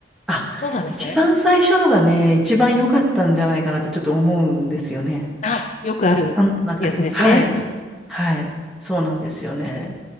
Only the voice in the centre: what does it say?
あ、
一番最初のがね、一番良かったんじゃないかなってちょっと思うんですよね。
なんとなく。はい。はい。そうなんですよね。